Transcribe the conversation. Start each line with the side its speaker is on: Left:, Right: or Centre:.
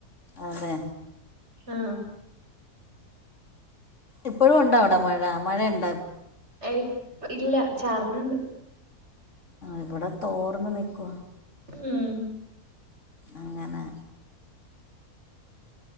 Left: അതെ
Right: ആ
Left: ഇപ്പോഴും ഉണ്ടാ അവിടെ മഴ മഴയുണ്ട
Right: ഏയ് <unintelligible> ഇല്ല ചാർന്നണ്ട്
Left: ഇവിടെ തോർന്നു നിൽക്കുവ
Right: ഉം
Left: അങ്ങനെ